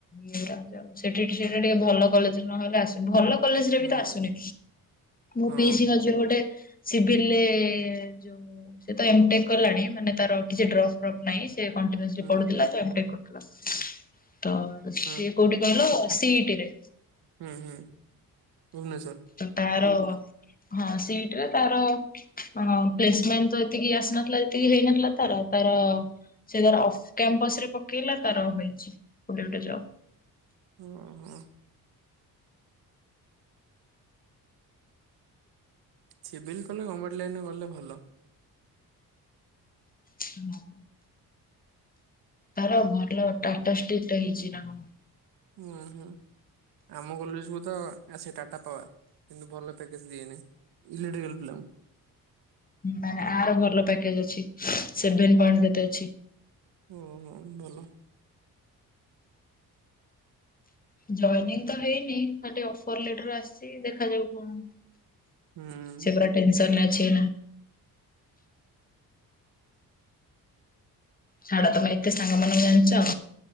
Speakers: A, on the left; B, on the right.
A: <unintelligible> ସେଠି ସେଟା ଟିକେ ଭଲ କଲେଜ ନହେଲେ ଆସ ଭଲ କଲେଜ ରେ
B: ହୁଁ
A: ବି ତ ଆସୁନି ମୁଁ
B: ହଁ
A: ପିସି ଯୋଉ ଗୋଟେ ସିଭିଲରେ ଯୋଉ ସେ ତ ଏମଟେକ କଲାଣି ମାନେ ତାର କିଛି ଡ୍ରପ ଫ୍ରଫ୍ ନାହିଁ। ସେ କଣ୍ଟିନିଉସଲି
B: ହୁଁ
A: ପଢୁଥିଲା ତ ଏମଟେକ୍ କରୁଥିଲା ତ ସିଏ
B: ହୁଁ
A: କୋଉଠି କର ସିଟି ରେ।
B: ହୁଁ ହୁଁ। ଭୁବନେଶ୍ଵର।
A: ତାର ହଁ ସେଇଟା ତା ର କଣ ପ୍ଲେସମେଣ୍ଟ ତ ଏତିକି ଆସିନଥିଲା ଯେତିକି ହେଇନଥିଲା ତାର ତାର ସେ ତାର ଅଫ୍ କ୍ୟାମ୍ପସ ରେ ପକେଇଲା ତାର ହେଇଛି କୁଡ଼ି ଗୋଟେ ଜବ୍।
B: ଓ ହୋ। ସିଭିଲ୍ କଲେ ଗଭର୍ଣମେଣ୍ଟ ଲାଇନରେ ଗଲେ ଭଲ।
A: ହଁ। ତାର ଭଲ ଟାଟା ଷ୍ଟିକଟା ହେଇଛି ନା କଣ?
B: ହଁ ହଁ। ଆମ କଲେଜକୁୁ ତ ଆସେ ଟାଟା ପାୱାର କିନ୍ତୁ ଭଲ ପ୍ୟାକେଜ ଦିଏନି। ଇଲେକ୍ଟ୍ରିକାଲ ପିଲାଙ୍କୁ।
A: ଆର ଭଲ ପ୍ୟାକେଜ ଅଛି ସେଭେନ ପଏଣ୍ଟ କେତେ ଅଛି।
B: ଓ ହୋ ଭଲ।
A: ଜଏନିଂ ତ ହେଇନି ଖାଲି ଅଫର ଲେଟର ଆସିଛି ଦେଖାଯାଉ କଣ।
B: ହୁଁ।
A: ସେ ପୁରା ଟେନସନରେ ଅଛି। ଛାଡ଼ ତମେ ଏତେ ସାଙ୍ଗ ମାନକୁ ଜାଣିଛ।